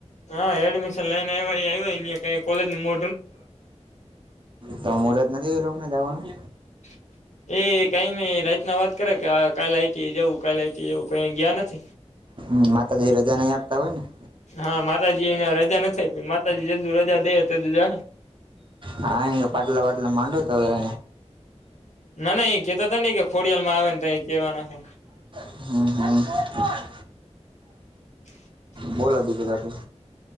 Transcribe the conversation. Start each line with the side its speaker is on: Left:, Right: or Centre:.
Left: હા એડમિશન લઈને આયવા ઈ આતવા, ન્યાં કાંઈ કોલેજનું મો
Right: તો મુર્હત નથી ઈ લોકને જાવાનું?
Left: <inaudible> એ કાઈ નહીં, રાયતના વાત કરે કે આ કાલ આઈ ટી એ કાલ આઈ ટી જવું, કએ ગયા નથી.
Right: હમ્મ, માતાજી રજા નહીં આપતા હોય ને.
Left: હા માતાજી એને રજા નથ આયપી, માતાજી જે દી રજા દે હે તે દી જા હે.
Right: હા એને કેય પાટલા વાટલા માંડો તો હવે.
Left: ના, ના એ કેતા તા ને કે ઈ કે ખોડિયાલ માં આવે ને તયે કેવાના હે.
Right: હમ્મ-હમ્મ.
Left: <inaudible>
Right: બોલો બીજું કશું.